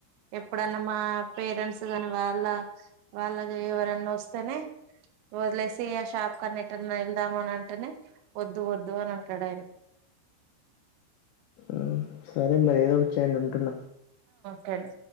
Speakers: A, on the right (about 80°); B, on the left (about 85°).
A: ఎప్పుడన్నా మా పేరెంట్స్ కాగాని వాళ్ళ వాళ్ళది ఎవరన్న ఓస్తేనే వదిలేసి ఆ షాప్కన్న ఎట్టన్నా వెళ్దాం అని అంటేనే ఓద్దు ఓద్దు అని అంటాడు ఆయన
B: ఉహ్ సరే మరి ఏదోకచ్చేయండి ఉంటున్నా
A: కానీ